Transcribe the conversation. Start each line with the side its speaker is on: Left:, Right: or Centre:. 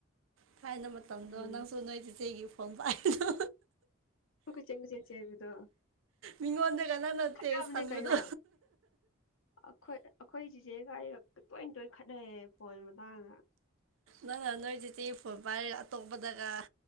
Right: ꯊꯥꯏꯅ ꯃꯇꯝꯗꯣ
Left: ꯎꯝ
Right: ꯅꯪꯁꯨ ꯅꯣꯏ ꯆꯤꯆꯦꯒꯤ ꯄꯥꯏꯗꯣ
Left: ꯀꯣꯏꯆꯦꯟ ꯀꯣꯏꯆꯦꯜ ꯆꯦꯟꯕꯗꯣ
Right: ꯃꯤꯉꯣꯟꯗꯒꯥ ꯅꯪꯅ ꯇꯦꯛꯁ
Left: ꯈꯠꯅꯕꯅꯦ
Right: ꯁꯟꯕꯗꯣ
Left: ꯀꯩꯅꯣ ꯑꯩꯈꯣꯏ ꯑꯩꯈꯣꯏ ꯆꯤꯆꯦꯒ ꯑꯩꯒ ꯇꯣꯏ ꯇꯣꯏꯅ ꯈꯠꯅꯩꯌꯦ ꯐꯣꯟ ꯃꯇꯥꯡꯗ
Right: ꯅꯪꯅ ꯅꯣꯏ ꯆꯤꯆꯦ ꯒꯤ ꯐꯣꯟ ꯄꯥꯏꯔꯒ ꯑꯇꯣꯞꯄꯗꯒ